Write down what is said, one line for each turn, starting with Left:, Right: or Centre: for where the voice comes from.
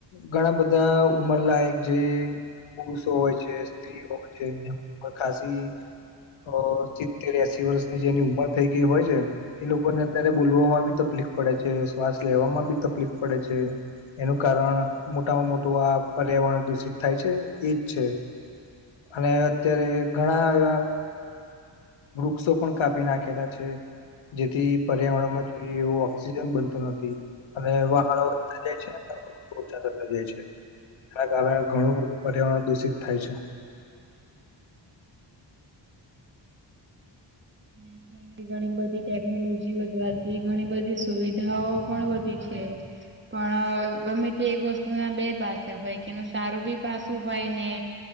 Left: ઘણા બધા ઉમરલાયક જે પુરુષો હોય છે. <unintelligible> ખાંસી અ સિત્તેર એસી વર્ષની જેની ઉમર થઈ ગઈ હોય છે એ લોકોને અત્યારે બોલવામાં બી તકલીફ પડે છે શ્વાસ લેવામાં બી તકલીફ પડે છે. એનું કારણ મોટામાં મોટું આ પર્યાવરણ દૂષિત થાય છે એજ છે. અને અત્યારે ઘણા એવા વૃક્ષો પણ કાપી નાખેલા છે. જેથી પર્યાવરણ માં જોઈ એવો ઓક્સિજન બનતો નથી. અને વાહનો વધતા જાય વૃક્ષો ઓછા થતા જાય છે. એના કારણે ઘણું બધું પર્યાવરણ દૂષિત થાય છે.
Right: <inaudible> ઘણી બધી ટેકનોલોજી વધવાથી ઘણી બધી સુવિધાઓ પણ વધી છે. પણ ગમે તે એક વસ્તુ ના બે પાસે હોય કે એનું સારું બી પાસું હોય ને